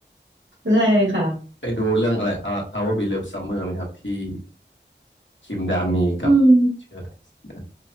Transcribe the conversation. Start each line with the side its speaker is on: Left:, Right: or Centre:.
Right: <laughs> ใช่ค่ะ
Left: <laughs> ไปดูเรื่องอะไร Our Our Beloved Summer ไหมครับที่คิมดามีกับ
Right: อืม
Left: ชื่ออะไรนะ